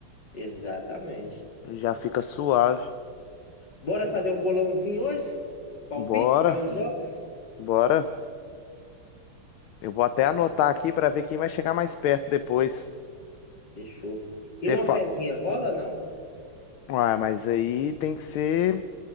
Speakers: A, on the left; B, on the left.
A: Exatamente.
B: já fica suave.
A: Bora fazer um bolãozinho hoje? Palpites
B: Bora,
A: para os jogos?
B: bora. Eu vou até
A: Então,
B: anotar aqui pra ver quem vai chegar mais perto depois.
A: Fechou.
B: Você
A: E uma
B: fa...
A: fezinha rola não?
B: Ah, mas aí tem que ser